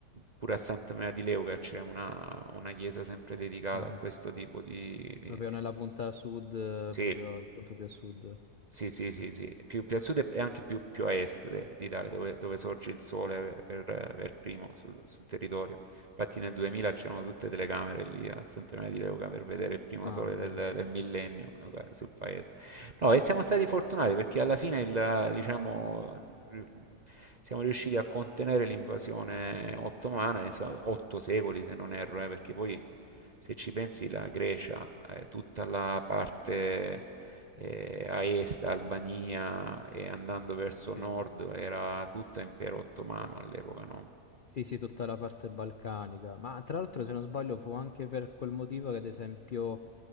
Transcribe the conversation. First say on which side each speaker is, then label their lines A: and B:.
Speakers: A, on the right; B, on the left.
A: pure a Santa Maria di Leuca c'è una, una chiesa sempre dedicata
B: Mhm.
A: a questo tipo di... di-
B: Proprio nella punta sud, eh,
A: Sì,
B: proprio il punto più a sud.
A: sì, sì,
B: Sì,
A: sì, sì,
B: sì.
A: più, più a sud e anche più, più a est de- d'Italia, dove, dove sorge il sole per, per primo sul, sul territorio. Infatti nel 2000 c'erano
B: sì.
A: tutte telecamere lì a Sant'Emilio di Leuca per vedere il primo
B: Ah,
A: sole
B: non
A: del,
B: lo sapevo.
A: del millennio eh, sul paese. No, e siamo stati fortunati perché alla fine il, diciamo, ri- siamo riusciti a contenere l'invasione ottomana, insomma, otto secoli se non erro, eh, perché poi se ci pensi la Grecia, eh, tutta la parte eh, a est, Albania e andando verso
B: Sì.
A: nord era tutto impero ottomano all'epoca, no?
B: Sì, sì, tutta la parte balcanica, ma tra l'altro se non sbaglio fu anche per quel motivo che ad esempio